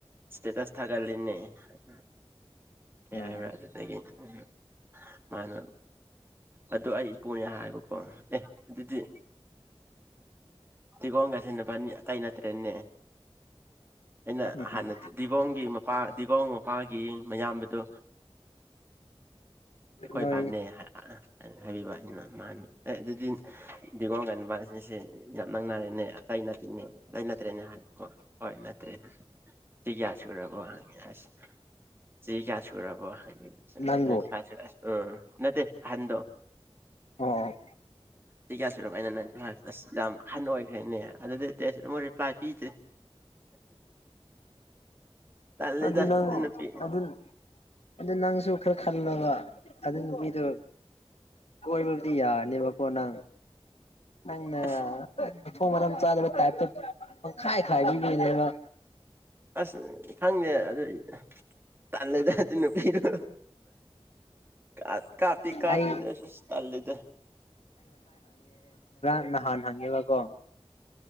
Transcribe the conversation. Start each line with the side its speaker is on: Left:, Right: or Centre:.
Right: ꯁꯇꯦꯇꯁ ꯊꯒꯠꯂꯤꯅꯦ <unintelligible> ꯑꯦ
Left: ꯎꯝ
Right: ꯍꯥꯏꯕ꯭ꯔꯥ ꯑꯗꯨꯗꯒꯤ ꯎꯝ ꯃꯥꯅ ꯑꯗꯨꯗ ꯑꯩꯏ ꯄꯨꯅꯤꯌꯥ ꯍꯥꯏꯕ ꯑꯣ ꯑꯦ ꯑꯗꯨꯗꯤ ꯗꯤꯒꯣꯝꯒ ꯁꯦꯟꯅꯕ ꯑꯇꯩ ꯅꯠꯇ꯭ꯔꯦꯅꯦ ꯑꯩꯅ
Left: ꯎꯝ
Right: ꯍꯥꯟꯅꯗꯤ ꯗꯤꯒꯣꯒꯤ ꯃꯄꯥ ꯗꯤꯒꯣ ꯃꯄꯥꯒꯤ ꯃꯌꯥꯝꯕꯗꯣ ꯈꯣꯏ
Left: ꯅꯣꯏ
Right: ꯅꯦ ꯍꯥꯏꯔꯤꯕ ꯃꯥꯅ ꯑꯦ ꯑꯗꯨꯗꯤ ꯗꯤꯒꯣꯒꯟꯕ ꯑꯁꯤꯁꯦ ꯌꯥꯝ ꯅꯪꯅꯔꯦꯅꯦ ꯑꯇꯩ ꯅꯠꯇꯦꯅꯦ ꯑꯇꯩ ꯅꯠꯇ꯭ꯔꯦꯅꯦ ꯍꯥꯏꯀꯣ ꯍꯣꯏ ꯅꯠꯇ꯭ꯔꯦ ꯁꯤ ꯀꯌꯥꯁꯨ ꯔꯔꯕꯣꯪꯉꯁ ꯁꯤ ꯀ ꯇꯒ ꯍꯥꯏ
Left: ꯅꯪꯕꯨ
Right: ꯎ ꯆꯁꯨ ꯎ ꯅꯠꯇꯦ ꯍꯟꯗꯣ
Left: ꯑꯣ
Right: ꯀꯌꯥ ꯁꯔꯕ ꯑꯩꯅ ꯏ ꯑꯁ ꯌꯥꯝ ꯍꯟ ꯑꯣꯏꯈ꯭ꯔꯦꯅꯦ ꯑꯗꯨꯗꯤ ꯑꯃ ꯔꯤꯄ꯭ꯂꯥꯏ ꯄꯤꯗ꯭ꯔꯦ ꯇꯜꯂꯦꯗ
Left: ꯑꯗꯨ ꯅꯪ
Right: ꯅꯨꯄꯤ
Left: ꯑꯗꯨ ꯑꯗꯨ ꯅꯪꯁꯨ ꯈꯔ ꯈꯜꯂꯒ ꯑꯗꯨ ꯅꯨꯄꯤꯗꯨꯣ ꯀꯣꯏꯕꯕꯨꯗꯤ ꯌꯥꯔꯅꯦꯕ ꯄꯅ ꯅꯪꯅ
Right: ꯑꯁ
Left: ꯃꯊꯣꯡ ꯃꯔꯝ ꯆꯥꯂꯕ ꯇꯥꯏꯇ ꯄꯪꯈꯥꯏ ꯈꯥꯏ ꯄꯤꯕꯤꯅꯦꯕ
Right: ꯑꯁ ꯈꯪꯅꯦꯦ ꯑꯗꯨ ꯇꯗ ꯄꯤꯔ ꯀ ꯀꯥꯄꯤ ꯀꯥꯄꯤꯗ
Left: ꯑꯩ
Right: ꯇꯜꯗ
Left: ꯅꯍꯥꯟꯅ ꯍꯪꯉꯦꯕꯀꯣ